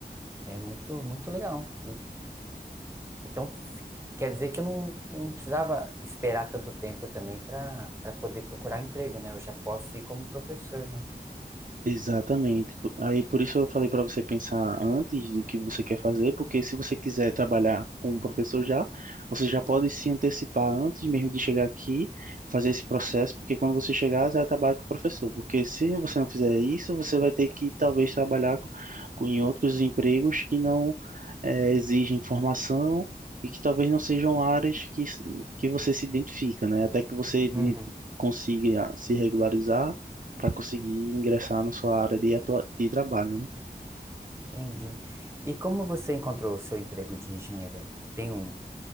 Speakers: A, on the right (about 15°); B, on the right (about 55°).
A: É muito, muito legal. E, então, se- quer dizer que eu não, não precisava esperar tanto tempo também para para poder procurar emprego, né? Eu já posso ir como professor, né?
B: Exatamente.
A: E-
B: Aí por isso eu falei para você pensar antes do que você quer fazer, porque se você quiser trabalhar com o professor já, você já pode se antecipar antes mesmo de chegar aqui, fazer esse processo, porque quando você chegar, você já trabalha com o professor. Porque se você não fizer isso, você vai ter que talvez trabalhar com, com- em outros empregos que não eh, exigem formação e que talvez não sejam áreas que, s- que você se identifica, né? Até que você de-
A: Uhum,
B: consiga se regularizar para conseguir ingressar na sua área de, atua- de trabalho, né?
A: entendi. E como você encontrou o seu emprego de engenheiro aí? Tem um,